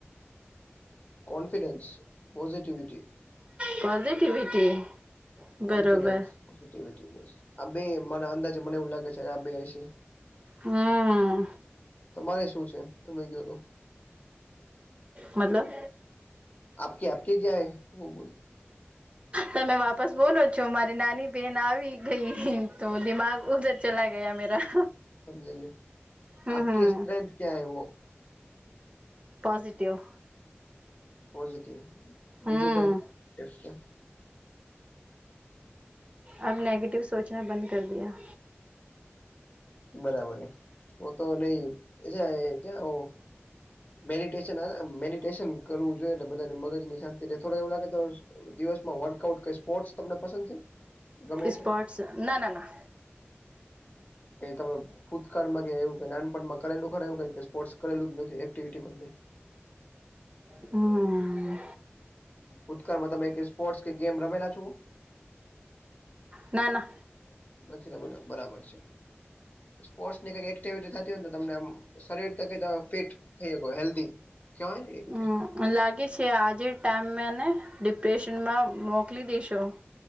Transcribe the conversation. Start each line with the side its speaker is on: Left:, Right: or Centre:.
Left: કોન્ફિડેન્સ પોઝિટિવિટી
Right: પોઝિટિવિટી
Left: કોન્ફિડન્સિ
Right: બરોબર
Left: બ આ બે મ અંદાજે મને એ લે બે છે
Right: હમ
Left: તમારે શું છે તમે કયો તો
Right: મતલબ
Left: આપ ક આપ કે ક્યાય વ બોલ
Right: તમે વાપસ બોલો છો મારી નાની બેહેન આવી ગઈ તો દિમાગ ઉધર ચલા ગયા મેરા.
Left: સમજએ
Right: હમ
Left: આપકી
Right: હમ
Left: સ્ટ્રેથ ક્યા હૈ વો.
Right: પોઝિટિવ.
Left: પોઝિટિવ
Right: હમ
Left: બીજું કાંઈ કઈટે.
Right: અ નેગેટિવ સોચના બંધ કર દયા.
Left: બરાબર ઓ તો નઈ એ છે ક્યા મેડિટેેશન મેડિટેશન કરવું જોઈએ બધાને મગજની શાંતિ રહે થોડ એવું લાગે તો દિવસમાં વર્કઆઉટ ક સ્પોર્ટસ તમને પસંદ છે. ગમે
Right: સ્પોર્ટસ
Left: છે
Right: ના ના ના.
Left: કઈ તમે ભૂતકાળમાં એવું કઈ નાનપણમાં કરે ખર એ કઈ સ્પોર્ટસ કરેલું નથી એક્ટિવિટીમાં નહી.
Right: હમ્મ.
Left: ભૂતકાળમાં તમે સ્પોર્ટસ કે ગેમ રમેલા છો?
Right: ના ના.
Left: નથી રમેલા બરાબર છે સ્પોર્ટની કઈક એક્ટિવિટી થતી હોય તો તમને શરીર તકે ફીટ હેલ્ધી કેવાય ને એ રીતે.
Right: હમ લાગે છે આજે ટાઈમ મેને ડિપ્રેશનમાં મોકલી દેશો.